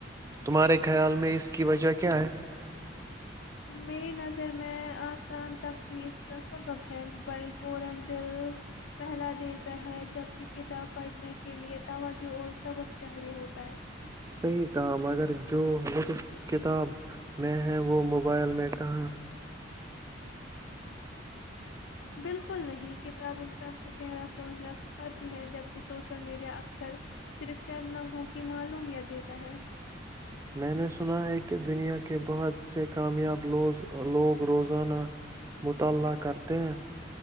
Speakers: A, on the right; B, on the left.
A: تمہارے خیال میں اس کی وجہ کیا ہے
B: میری نظر میں آسان تفریح کا سبب ہے موبائل پن دل پہلا دن ہے جبک کتاب پڑھنے کے کے لیے توجہ اور سب چاہے ہوتا ہے
A: صحیح کہا مگر جو وطف کتاب میں ہے وہ موبائل میں کہاں
B: بالکل نہیں کتاب ان س وہ گہرا سوچنا سکھا ہے جبکہ سوشل میڈیا اکثر صرف چین لمحوں کی معلوممیت دیتا ہے
A: میں نے سنا ہے کہ دنیا کے بہت سے کامیابوز لوگ روزانہ مطالعہ کرتے ہیں